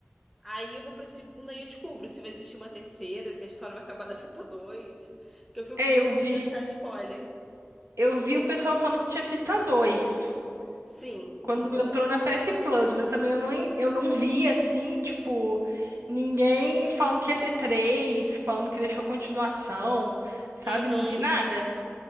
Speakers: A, in the centre; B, on the right.
A: Aí eu vou pra segunda e eu descubro se vai existir uma terceira, se a história vai acabar na fita dois, Que eu fico
B: É,
A: com muito
B: eu
A: medo
B: vi,
A: de achar spoiler.
B: eu vi o pessoal falando que tinha Vita 2
A: Sim.
B: quando entrou na PS Plus, mas também eu não, en- eu não vi assim, tipo, ninguém falando que ia ter 3, falando que deixou continuação, sabe?
A: Uhum.
B: Não vi nada.